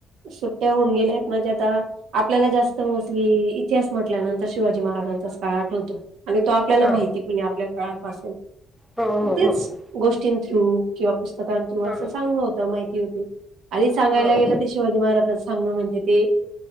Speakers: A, on the right; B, in the centre.
A: सुट्ट्या होऊन गेले आहेत म्हणजे आता- आपल्याला जास्त मोस्टली इतिहास म्हटल्यानंतर शिवाजी महाराजांचाच काळ आठवतो आणि तो आणि तो आपल्याला
B: हा
A: माहितीय पण आहे. आपल्या काळापासून
B: हो हो
A: तेच.
B: हो
A: गोष्टीं थ्रू किंवा पुस्तकां थ्रू असं
B: हो
A: सांगण होतं, माहिती होते आणि सांगायला
B: हो
A: गेलं.
B: हो
A: शिवाजीमहाराजं सांगणं म्हणजे ते.